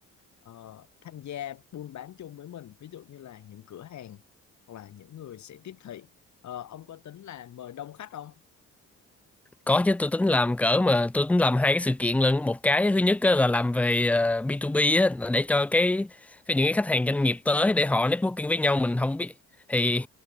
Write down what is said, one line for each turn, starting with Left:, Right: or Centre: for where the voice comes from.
Left: ờ, tham gia buôn bán chung với mình ví dụ như là những cửa hàng hoặc là những người sẽ tiếp thị Ờ, ông có tính là mời đông khách không?
Centre: Có chứ tôi tính làm cỡ mà tôi tính làm hai cái sự kiện lận một cái thứ nhất á, là làm về ờ, B2B á, là để cho cái, cái những cái khách hàng doanh nghiệp tới để họ networking với nhau mình không biết thì